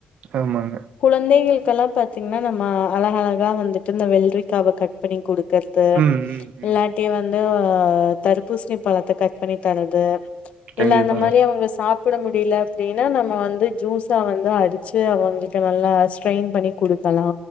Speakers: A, on the right; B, on the left.
A: ஆமாங்க.
B: குழந்தைகளுக்குல்லா பாத்தீங்கன்னா நம்ம அழக அழகா வந்துட்டு இந்த வெள்ரிக்காவ கட் பண்ணிக் குடுக் கறது
A: ம், ம்,
B: இல்லாட்டி
A: ம்.
B: வந்து தருப்பூசணி பழத்த கட் பண்ணி தரது
A: கண்டிப்பாங்க.
B: இல்ல அந்த மாரி அவுங்க ஸ் சாப்புட முடியல அப்டின்னா நம்ம வந்து ஜூஸா வந்து அடிச்சு அவுங்களுக்கு நல்லா ஸ்ட்ரெயின் பண்ணி குடுக்கலா